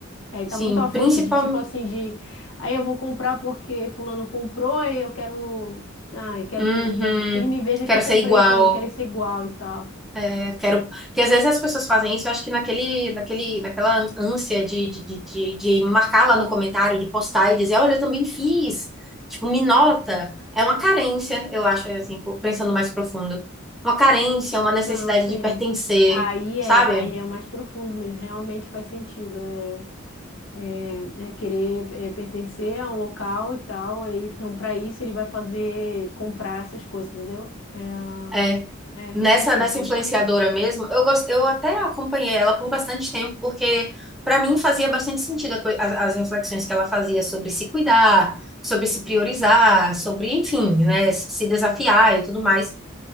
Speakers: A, on the left (about 70°); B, in the centre.
A: Aí tá
B: Sim,
A: muito afoito
B: principalmente.
A: de tipo assim, de aí eu vou comprar porque fulano comprou e eu quero. ah eu quero,
B: Uhum.
A: quero que ele me veja
B: Quero
A: que eu comprei
B: ser igual.
A: também, quero ser igual e tal.
B: É, quero, porque às vezes as pessoas fazem isso, eu acho que naquele, naquele, naquela ânsia de, de, de, de, de marcar lá no comentário, de postar e dizer, olha, eu também fiz, tipo, me nota. É uma carência, eu acho, é, assim, pensando mais profundo. Uma carência, uma necessidade
A: Não, sim.
B: de pertencer,
A: Aí é,
B: sabe?
A: aí é mais profundo mesmo, realmente faz sentido. é. é, é querer é, pertencer a um local e tal. e- então, para isso, ele vai fazer comprar essas coisas, entendeu? É, a-
B: É.
A: é,
B: Nessa,
A: faz sentido,
B: nessa
A: sim.
B: influenciadora mesmo, eu gosto, eu até acompanhei ela por bastante tempo, porque para mim fazia bastante sentido a coi- a- as reflexões que ela fazia sobre se cuidar, sobre se priorizar, sobre, enfim, né, se desafiar e tudo mais.